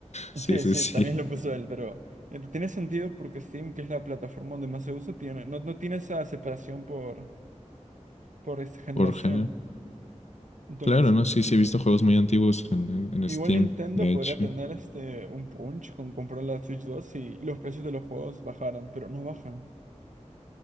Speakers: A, on the left (about 65°); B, on the right (about 85°).
A: Sí,
B: Sí,
A: sí,
B: sí,
A: sí.
B: también lo puso él, pero eh, tiene sentido porque Steam, que es la plataforma donde más se usa, tiene, no, no tiene esa separación por, por esta generación.
A: Por género.
B: Entonces,
A: Claro, no, sí, sí he visto juegos muy antiguos en, en
B: Igual
A: Steam,
B: Nintendo
A: de
B: podría
A: hecho.
B: tener este un punch con comprar la Switch 2 si los precios de los juegos bajaran, pero no bajan.